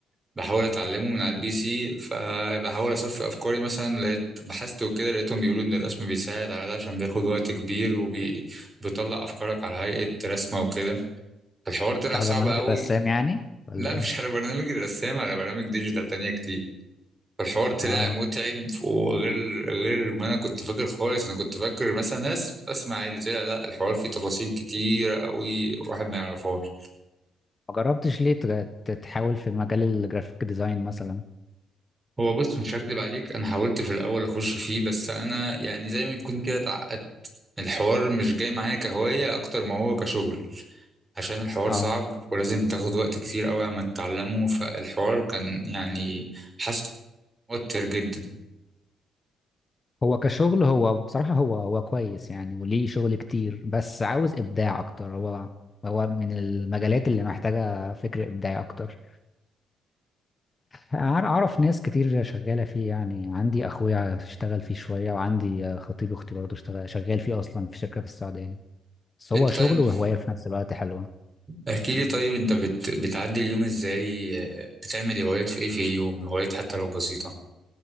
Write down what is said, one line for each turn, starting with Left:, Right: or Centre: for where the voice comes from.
Right: بحاول اتعلمه من على البي سي فبحاول اصفي افكاري مثلا لقيت بحثت وكده لقيتهم بيقولوا ان الرسم بيساعد على ده عشان بياخد وقت كبير وبيطلع افكارك على هيئة رسمة وكده الحوار طلع
Left: بتاع
Right: صعب
Left: برنامج
Right: قوي
Left: الرسام يعني ولا
Right: لا
Left: ايه
Right: مش على برنامج الرسام على برامج ديجيتال تانية كتير فالحوار طلع
Left: اه
Right: متعب وغير غير ما انا كنت فاكر خالص انا كنت فاكر مثلا ناس اسمع عادي طلع لا الحوار فيه تفاصيل كتير قوي واحد ما يعرفهاش
Left: ما جربتش ليه تج- تحاول في مجال الجرافيك ديزاين مثلا
Right: هو بص مش هكدب عليك انا حاولت في الاول اخش فيه بس انا يعني زي ما يكون كده اتعقدت الحوار مش جاي معايا كهواية اكتر ما هو كشغل عشان الحوار
Left: اه
Right: صعب ولازم تاخد وقت كتير قوي عم تتعلمه فالحوار كان يعني حاسس موتر جدا
Left: هو كشغل هو بصراحة هو هو كويس يعني وليه شغل كتير بس عاوز إبداع أكتر هو هو من المجالات اللي محتاجة فكر إبداعي أكتر أع- أعرف ناس كتير شغالة فيه يعني عندي أخويا اشتغل فيه شوية وعندي خطيب أختي برضه اشتغل شغال فيه أصلا في شركة في السعودية بس هو
Right: انت
Left: شغل
Right: طيب
Left: وهواية في نفس الوقت حلوة
Right: احكي لي طيب انت بت... بتعدي اليوم ازاي بتعمل هوايات في ايه في اليوم هوايات حتى لو بسيطة